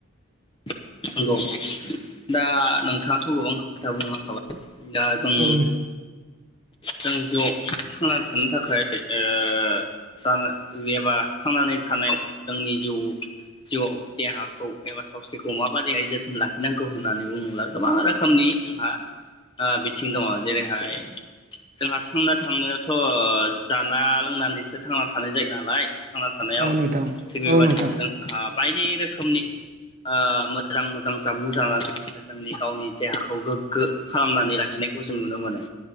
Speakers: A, on the left (about 25°); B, on the right (about 35°).
A: नंगौ दा नोंथाङा खौ गोबां खोथा बुंलांखाबाय दा जों
B: औ
A: जों जिउआव थांनानै थानो थाखाय ओ जा एबा थांनानै थानायाव जोंनि जिउ जिउआव देहाखौ एबा सावस्रिखौ माबादिहाय जोथोन लाखिनांगौ होननानै बुङोब्ला गोबां रोखोमनि जोंहा बिथिं दङ जेरैहाय जोंहा थांना थांनायावथ' जा ना लोंनानैसो थांना थानाय जायो नालाय थांना थानायाव
B: औ नोंथां
A: थिग बेबायदिनो
B: औ नोंथां
A: जोंहा बायदि रोखोमनि। ओ मोजां मोजां जामुं जानानै जोङो जोंनि गावनि देहाखौ गोग्गो खालामनानै लाखिनायखौ जों नुनो मोनो।